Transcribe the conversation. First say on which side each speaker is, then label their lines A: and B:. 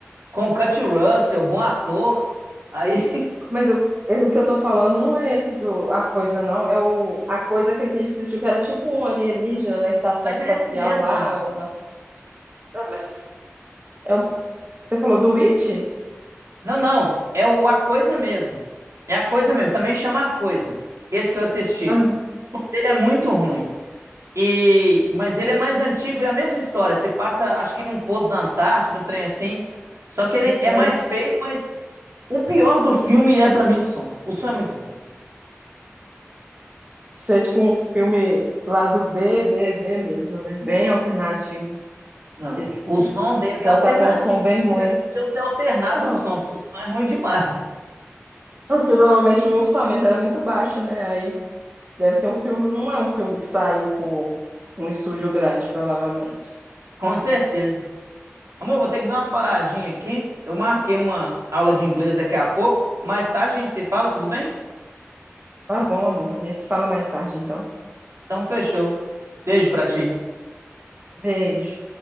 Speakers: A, on the right (about 75°); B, on the right (about 35°).
A: Com o Kurt Russell, bom ator. Aí, <laughs>
B: Mas eu- eu- o que eu tô falando não é esse do A Coisa, não. É o A Coisa, aquele que a gente assistiu, que era tipo um alienígena na estação
A: mas
B: espacial
A: é esse mesmo,
B: lá.
A: mano.
B: Ou na... Ah, mas é o- você falou do It?
A: Não, não, é o A Coisa mesmo. É a coisa mesmo, também chama A Coisa. Esse que eu assisti.
B: Ah, não.
A: O som dele é muito ruim. E, mas ele é mais antigo e é a mesma história. Se passa, acho que num posto da Antártida, num trem assim. Só que ele
B: isso
A: é
B: era.
A: mais feio, mas o pior do filme é pra mim o som. O som é muito ruim.
B: Isso é tipo um filme lá do B, B, B mesmo, né? Bem alternativo.
A: Não,
B: Que, tipo,
A: o som dele que
B: já
A: é alternativo.
B: tá com um som bem
A: O
B: ruim.
A: melhor, eles
B: assim.
A: podiam ter alternado
B: Não,
A: o som, porque o som é ruim demais. <laughs>
B: porque provavelmente o orçamento era muito baixo, né? Aí Deve ser um filme, não é um filme que saiu por um estúdio grande, provavelmente.
A: Com certeza. Amor, vou ter que dar uma paradinha aqui. Eu marquei uma aula de inglês daqui a pouco. Mais tarde a gente se fala, tudo bem?
B: Tá bom, amor. A gente se fala mais tarde, então.
A: Então fechou. Beijo pra ti.
B: Beijo.